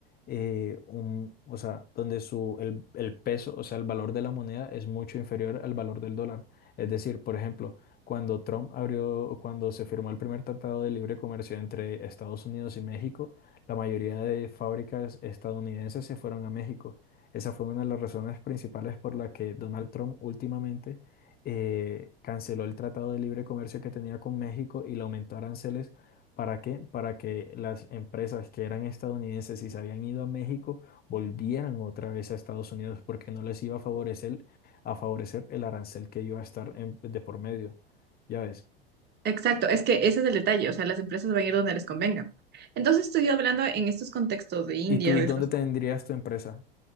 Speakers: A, on the left; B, on the right.
A: eh, un, o sea, donde su, el, el peso, o sea, el valor de la moneda es mucho inferior al valor del dólar. Es decir, por ejemplo, cuando Trump abrió, cuando se firmó el primer tratado de libre comercio entre Estados Unidos y México, la mayoría de fábricas estadounidenses se fueron a México. Esa fue una de las razones principales por la que Donald Trump últimamente eh, canceló el tratado de libre comercio que tenía con México y le aumentó aranceles. ¿Para qué? Para que las empresas que eran estadounidenses y se habían ido a México volvieran otra vez a Estados Unidos porque no les iba a favorecer, a favorecer el arancel que iba a estar en- de por medio. Ya ves.
B: Exacto, es que ese es el detalle, o sea, las empresas van a ir donde les convenga. Entonces estoy hablando en estos contextos de India,
A: ¿Y tú
B: de
A: dónde
B: estos-
A: tendrías tu empresa?